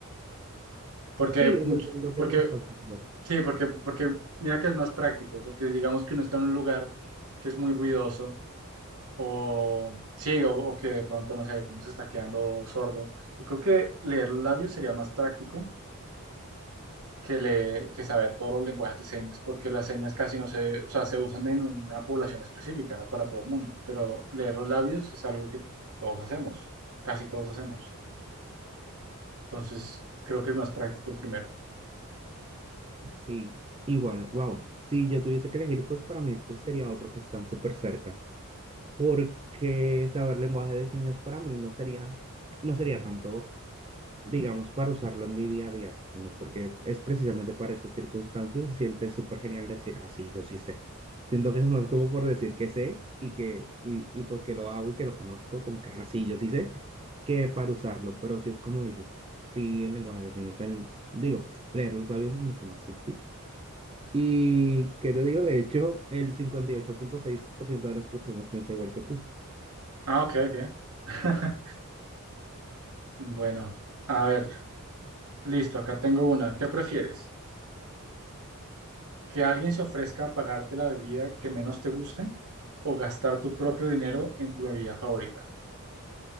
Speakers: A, on the right; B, on the right.
A: Porque,
B: Sí, o
A: much-
B: sea, siento
A: porque,
B: que es más fácil. Bueno,
A: sí, porque, porque, mira que es más práctico. Porque digamos que uno está en un lugar que es muy ruidoso. O, sí, o, o que de pronto, no sé, uno se está quedando sordo. Yo creo que leer los labios sería más práctico. que, le, que saber todos los lenguajes de señas, porque las señas casi no se, o sea, se usan en una población específica, no para todo el mundo, pero leer los labios es algo que todos hacemos, casi todos hacemos. Entonces, creo que es más práctico el primero.
B: sí, igual, wow. Si yo tuviese que elegir, pues para mí este sería otro que están súper cerca. porque saber lenguaje de señas para mí no sería, no sería tanto, digamos, para usarlo en mi día a día, sino porque es precisamente para esas circunstancias, se siente súper genial decir, ah, sí, yo sí sé. Siento que eso es más como por decir que sé y que, y, y pues que lo hago y que lo conozco, como que, ah, sí, yo sí sé, que para usarlo, pero si es como dices, sí, el lenguaje de señas, el- digo, leer los labios es mucho más sutil. Y que te digo, de hecho, el cincuenta y ocho punto seis por ciento de las personas piensa igual que tú.
A: Ah, ok, ok. <laughs> Bueno, a ver, listo, acá tengo una. ¿Qué prefieres? ¿Que alguien se ofrezca a pagarte la bebida que menos te guste o gastar tu propio dinero en tu bebida favorita?